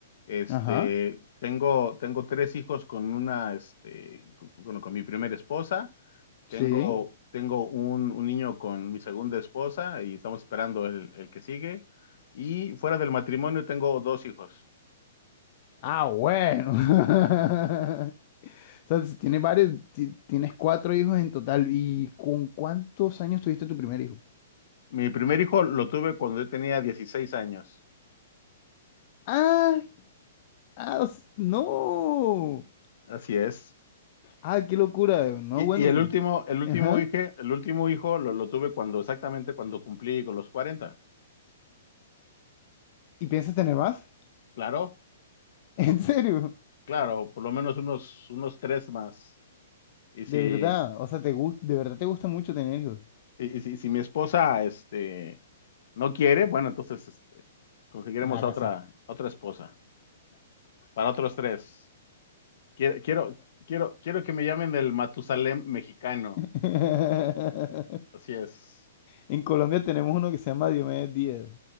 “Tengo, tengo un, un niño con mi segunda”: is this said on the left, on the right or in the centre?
Left